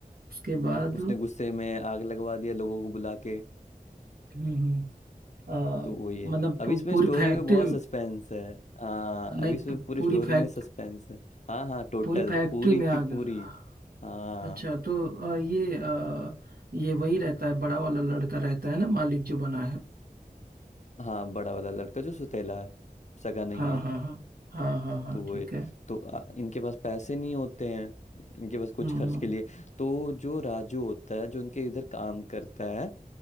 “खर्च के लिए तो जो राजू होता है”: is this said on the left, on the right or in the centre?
Left